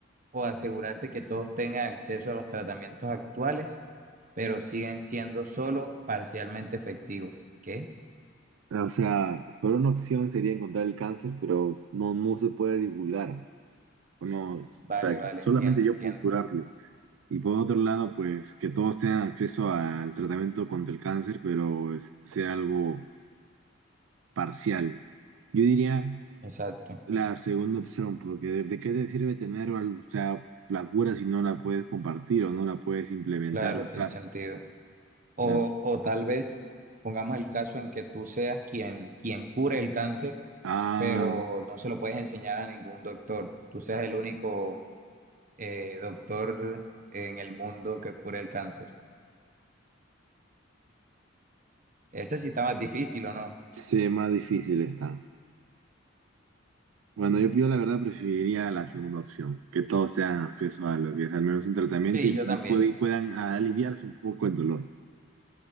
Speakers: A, on the right; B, on the right.
A: o asegurarte que todos tengan acceso a los tratamientos actuales, pero siguen siendo solo parcialmente efectivos. ¿Qué?
B: O sea, por una opción sería encontrar el cáncer, pero no, no se puede divulgar. O No, es-
A: Vale,
B: o sea,
A: vale,
B: solamente
A: entiendo,
B: yo
A: entiendo.
B: puedo curarlo. Y por otro lado, pues que todos tengan acceso al tratamiento contra el cáncer, pero es- sea algo parcial. Yo diría
A: Exacto.
B: la segunda opción, porque ¿de qué te sirve tener, al- o sea, la cura si no la puedes compartir o no la puedes implementar,
A: Claro,
B: usar?
A: tiene sentido. O,
B: Claro.
A: o tal vez pongamos el caso en que tú seas quien, quien cure el cáncer,
B: Ah,
A: pero no se lo puedes enseñar a ningún doctor. Tú seas el único eh, doctor en el mundo que cure el cáncer. Ese sí está más difícil, ¿o no?
B: sí, más difícil está. Bueno, yo, yo la verdad preferiría la segunda opción, que todos tengan acceso a lo que es al menos un tratamiento
A: Sí,
B: y,
A: yo
B: y
A: también.
B: puede- y puedan aliviarse un poco el dolor.